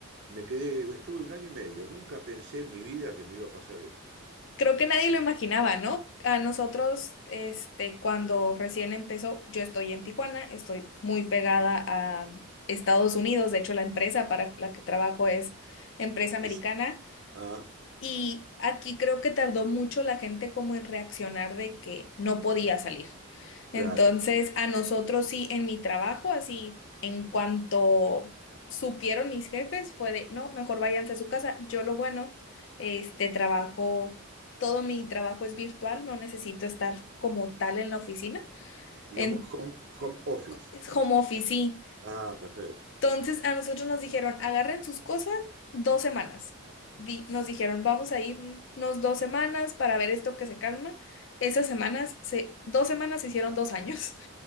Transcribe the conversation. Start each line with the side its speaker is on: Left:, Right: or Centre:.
Right: me quedé, estuve un año y medio, nunca pensé en mi vida que me iba a pasar esto.
Left: Creo que nadie lo imaginaba, ¿no? A nosotros, este, cuando recién empezó, yo estoy en Tijuana, estoy muy pegada a Estados Unidos, de hecho la empresa para la que trabajo es empresa americana
Right: Es, ah,
Left: y aquí creo que tardó mucho la gente como en reaccionar de que no podía salir. Entonces,
Right: claro,
Left: a nosotros sí, en mi trabajo, así, en cuanto supieron mis jefes, fue de, no, mejor váyanse a su casa. Yo lo bueno, este trabajo, todo mi trabajo es virtual, no necesito estar como tal en la oficina,
Right: digamos,
Left: en
Right: home, home office.
Left: es home office, sí.
Right: Ah, perfecto.
Left: Entonces, a nosotros nos dijeron, agarren sus cosas dos semanas. Di- nos dijeron, vamos a irnos dos semanas para ver esto que se calma. Esas semanas, se, dos semanas se hicieron dos años.